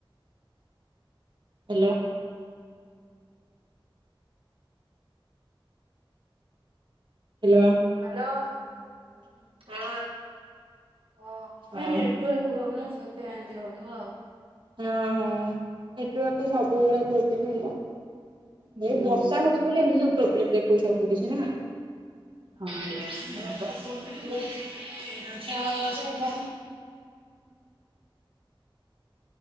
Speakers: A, on the right; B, on the right.
A: ହେଲୋ। ହେଲୋ।
B: ହାଲୋ ହଁ ହଁ
A: ଆଉ
B: ଏ ନେଟ୍ ଟୁୱେଲଭ ପ୍ରୋବ୍ଲମ ସେଥିପାଇଁ ଏମିତି ହଉଥିବ ଆଉ।
A: ହଁ ହଁ ନେଟୱାର୍କ ତ ସବୁବେଳେ ପ୍ରୋବ୍ଲେମ ହେଲା।
B: ହୁଁ
A: ଏଇ ବର୍ଷା ହଉଛି ବୋଲି ଏମିତି ସବୁ ପ୍ରୋବ୍ଲେମ ଦେଖଉଛି ସବୁ କିଛି ନା।
B: <unintelligible>